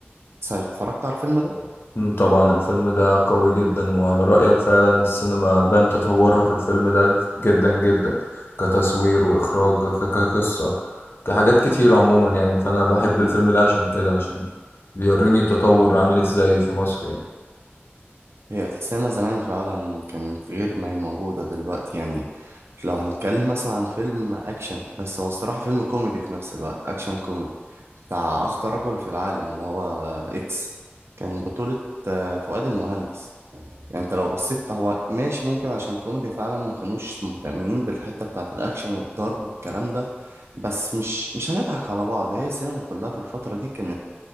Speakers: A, on the right; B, on the left.
A: اتفرجت على الفيلم ده؟
B: مم، طبعا الفيلم ده قوي جدا وعلى رأيك فعلا السينما بان تطورها في الفيلم ده جدا جدا كتصوير وإخراج ك- كقصة كحاجات كتير عموما يعني فأنا بحب الفيلم ده عشان كده عشان بيوريني التطور عامل ازاي في مصر يعني
A: هي السينما زمان فعلا كانت غير ما هي موجودة دلوقتي يعني لو هنتكلم مثلا عن فيلم أكشن بس هو الصراحة فيلم كوميدي في نفس الوقت أكشن كوميدي بتاع أخطر رجل في العالم اللي هو إكس كان بطولة آه، فؤاد المهندس يعني أنت لو بصيت هو ماشي ممكن عشان كوميدي فعلا ما كانوش مهتمين بالحتة بتاعة الأكشن والضرب والكلام ده بس مش مش هنضحك على بعض هي السينما كلها في الفترة دي كانت